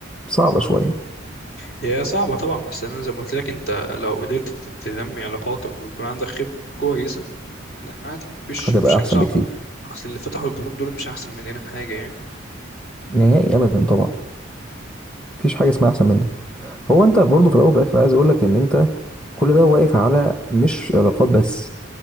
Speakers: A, in the centre; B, on the left (about 55°).
A: صعبه شويه
B: هي صعبه طبعا بس انا زي ما قلت لك انت لو قدرت تت- تنمي علاقاتك ويكون عندك خبره كويسه لا عادي مفيش
A: هتبقى
B: مفيش حاجه
A: احسن
B: صعبه
A: بكتير
B: اصل اللي فتحوا البنوك دول مش احسن مننا في حاجه يعني
A: نهائي ابدا طبعا مفيش حاجه اسمها احسن منك
B: م- م.
A: هو انت برضو في الاول وفي الاخر عايز اقول لك ان انت كل ده واقف على مش علاقات بس